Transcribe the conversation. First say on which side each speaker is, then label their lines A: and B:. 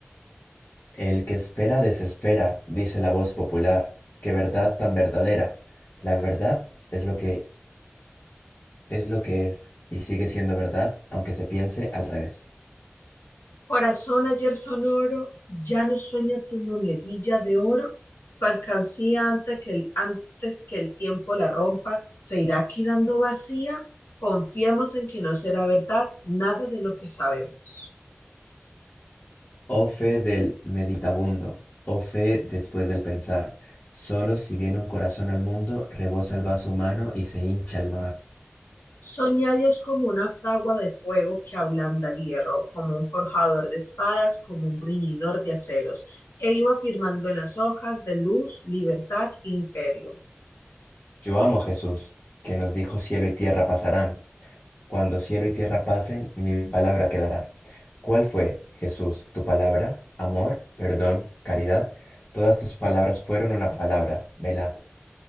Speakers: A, on the left; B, on the left.
A: El que espera desespera, dice la voz popular. Qué verdad tan verdadera. La verdad es lo que es lo que es y sigue siendo verdad aunque se piense al revés.
B: Corazón ayer sonoro, ya no sueña tu monedilla de oro, tu alcancía antes que el, antes que el tiempo la rompa, se irá quedando vacía, confiemos en que no será verdad nada de lo que sabemos.
A: Oh fe del meditabundo, oh fe después del pensar, solo si viene un corazón al mundo, rebosa el vaso humano y se hincha el mar.
B: Soñé a Dios como una fragua de fuego que ablanda el hierro, como un forjador de espadas, como un bruñidor de aceros, que iba firmando en las hojas de luz, libertad, imperio.
A: Yo amo a Jesús, que nos dijo cielo y tierra pasarán. Cuando cielo y tierra pasen, mi palabra quedará. ¿Cuál fue, Jesús, tu palabra? Amor, perdón, caridad. Todas tus palabras fueron una palabra, velad.